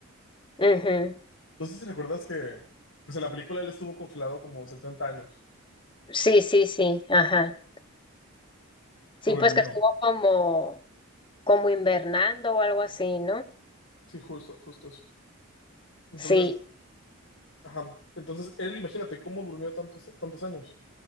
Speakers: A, on the left; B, on the left.
A: ujú.
B: No sé si recuerdas que pues en la película él estuvo congelado como 70 años,
A: Sí, sí, sí, ajá. Sí,
B: sobrevivió.
A: pues que estuvo como, como invernando o algo así, ¿no?
B: Sí, justo, justo eso. Entonces,
A: Sí,
B: Ajá. Entonces, él, imagínate cómo durmió tantos, tantos años